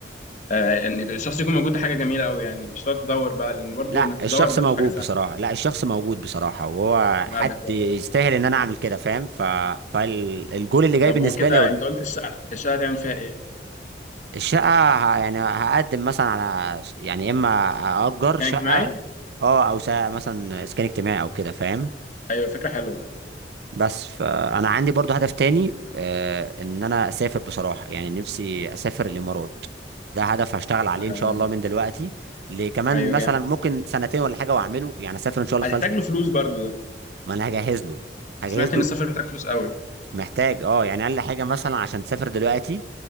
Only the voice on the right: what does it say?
لا
الشخص
موجود
بصراحه لا الشخص موجود بصراحه وهو
حد
يستاهل ان انا اعمل كده فاهم ف فالجول اللي جاي
بالنسبه
لي
الشقة ه- يعني هقدم مثلا على س- يعني اما اجر شقة
اه او سا- مثلا اسكان اجتماعي او كده فاهم
بس فانا عندي برضو هدف تاني آه، ان انا اسافر بصراحة يعني نفسي اسافر الامارات ده هدف هشتغل عليه
ان شاء الله من دلوقتي لكمان
مثلا
ممكن سنتين ولا حاجة واعمله يعني اسافر ان شاء الله
خلال
ما انا هجهز له هجهز
له
محتاج اه يعني اقل حاجة مثلا عشان تسافر دلوقتي